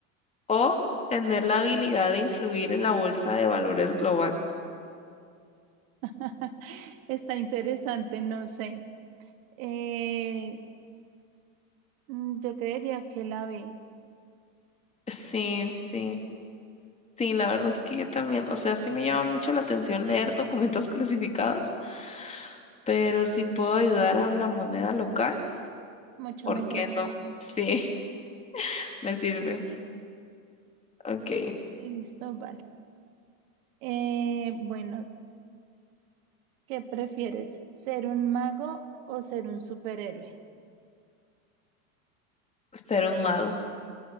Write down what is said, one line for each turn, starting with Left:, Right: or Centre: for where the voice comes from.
Left: o tener la habilidad de influir en la bolsa de valores global?
Right: <laughs> Está interesante, no sé. Eh, mm, yo creería que la ve
Left: Sí, sí, sí, la verdad es que yo también, o sea, sí me llama mucho la atención leer documentos <laughs> clasificados, pero si puedo ayudar a la moneda local,
Right: mucho
Left: ¿por
Right: mejor,
Left: qué
Right: la
Left: no?
Right: verdad.
Left: Sí, <laughs> me sirve. Ok,
Right: Listo, vale. Eh, bueno, ¿qué prefieres? ¿Ser un mago o ser un superhéroe?
Left: ser un mago.